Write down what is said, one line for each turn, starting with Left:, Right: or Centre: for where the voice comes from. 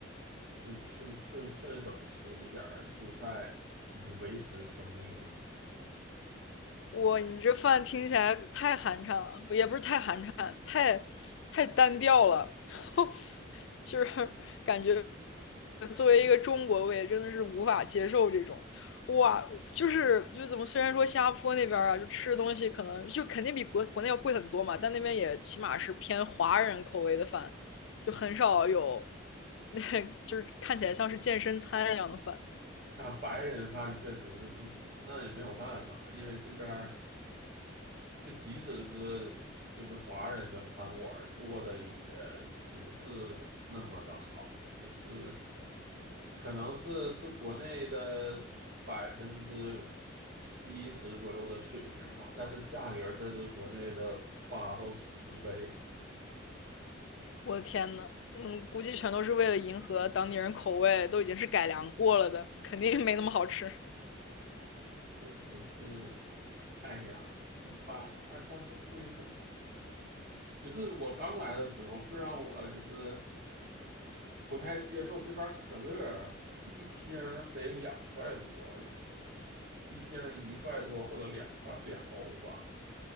Right: 顺顺顺顺手吃一点儿蔬菜，以维持生命。
Left: 哇，你这饭听起来太寒碜了，不也不是太寒碜，太太单调了，<laughs> 就是感觉作为一个中国胃，真的是无法接受这种。哇，就是就怎么，虽然说新加坡那边啊，就吃的东西可能就肯定比国国内要贵很多嘛，但那边也起码是偏华人口味的饭，就很少有那 <laughs> 就是看起来像是健身餐一样的饭。
Right: 那白人饭确实是不行，那也没有办法，因为这边。就即使是就是华人的餐馆儿做的也不是那么的好，就是可能是是国内的百分之七十左右的水平吧，但是价格却是国内的八到十倍，
Left: 我的天呐，嗯，估计全都是为了迎合当地人口味，都已经是改良过了的，肯定没那么好吃。
Right: 但是呃，哎呀，一般，但但是贵很多。就是我刚来的时候，最让我就是不太接受这边儿可乐一听儿得两块多，有时候。一天一块多或者两块两欧吧，